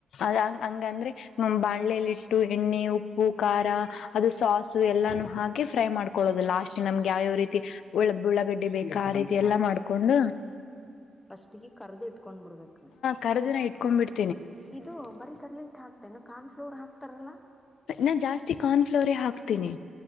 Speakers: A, on the left; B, on the left.
A: ಅ ಹಂಗಂದ್ರೆ ನ ಬಾಣ್ಲೆಲಿಟ್ಟು ಎಣ್ಣೆ ಉಪ್ಪು ಖಾರ ಅದು ಸಾಾಸು ಎಲ್ಲಾನು ಹಾಕಿ ಫ್ರೈ ಮಾಡ್ಕೊೊಳ್ಳೋದು ಲಾಸ್ಟ್ ನಮ್ಗೆ ಯಾವ್ಯಾವ ರೀತಿ ಉ ಬುಳ್ಳಗಡ್ಡೆ ಬೇಕ? ರೀತಿ ಎಲ್ಲಾ ಮಾಡ್ಕೊಂಡ
B: ಫಸ್ಟ್ಗ ಕರ್ದ ಇಟ್ಕೊಂಡ್ ಬಿಡ್ಬೇಕು.
A: ಕರದ ಇಟ್ಕೊಂಡ್ ಬಿಡತೀನಿ
B: ಇದು ಬರಿೀ ಕಡಲೆ ಇಟ್ಟು ಹಾಕ್ತೇ ಕಾರ್ನ್ ಫ್ಲೋರ್ ಹಾಕ್ತಾರಲ್ಲಾ?
A: ನಾ ಜಾಸ್ತಿ ಕಾರ್ನ್ಫ್ಲೋರೆ ಹಾಕ್ತೀನಿ.